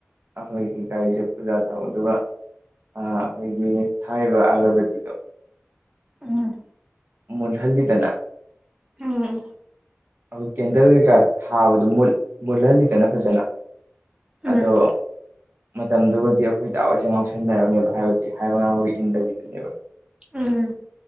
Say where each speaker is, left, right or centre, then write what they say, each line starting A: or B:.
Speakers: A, on the right; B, on the right.
A: ꯑꯈꯣꯏꯒꯤ ꯒꯥꯔꯤꯁꯦ ꯄꯨꯖꯥ ꯇꯧꯕ ꯑꯗꯨꯒ꯫ ꯑꯥ ꯑꯈꯣꯏꯒꯤ ꯊꯥꯔꯤꯕ ꯑꯒꯔꯕꯠꯀꯤꯗꯣ꯫
B: ꯎꯝ
A: ꯃꯨꯠꯍꯜꯂꯤꯗꯅ꯫
B: ꯎꯝ
A: ꯑꯗꯨ ꯀꯦꯟꯗꯜ ꯀꯩꯀꯥ ꯊꯥꯕꯗꯣ ꯃꯨꯠꯍꯜꯂꯤꯗꯅ ꯐꯖꯅ꯫
B: ꯎꯝ
A: ꯑꯗꯣ ꯃꯇꯝꯗꯨꯒꯗꯤ ꯑꯩꯈꯣꯏ ꯗꯥꯍꯣꯏꯁꯦ ꯉꯥꯎꯁꯟꯅꯔꯝꯃꯦꯕ ꯍꯥꯏꯕꯗꯤ ꯍꯥꯏꯕ ꯉꯥꯡꯕꯒ ꯏꯟꯗꯕꯤꯗꯨꯅꯦꯕ
B: ꯎꯝ